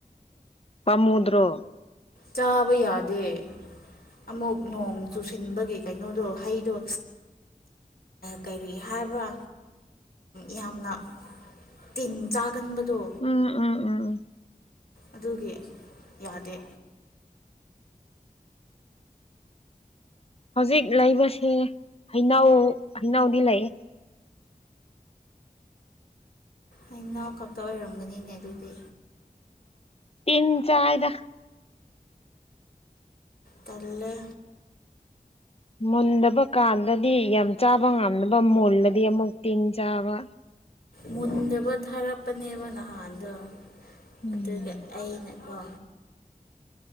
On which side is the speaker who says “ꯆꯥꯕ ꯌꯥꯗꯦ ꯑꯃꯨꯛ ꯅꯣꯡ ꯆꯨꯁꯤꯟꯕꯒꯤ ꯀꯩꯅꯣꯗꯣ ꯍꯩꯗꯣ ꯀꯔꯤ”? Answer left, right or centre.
Left